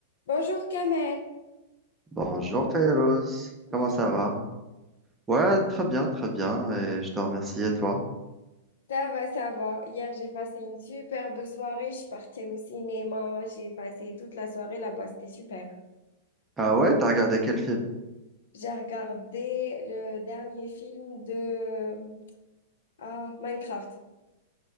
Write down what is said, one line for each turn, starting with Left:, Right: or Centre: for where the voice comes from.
Left: Bonjour Kamel,
Right: Bonjour Férouz,
Left: comment
Right: comment
Left: tu
Right: ça
Left: vas?
Right: va? Ouais, très bien, très bien, et je te remercie, et toi?
Left: Ça va, ça va. Hier, j'ai passé une superbe soirée. Je suis partie au cinéma. J'ai passé toute la soirée là-bas. C'était super.
Right: Ah ouais, t'as regardé quel film?
Left: J'ai regardé le dernier film de ah, Minecraft.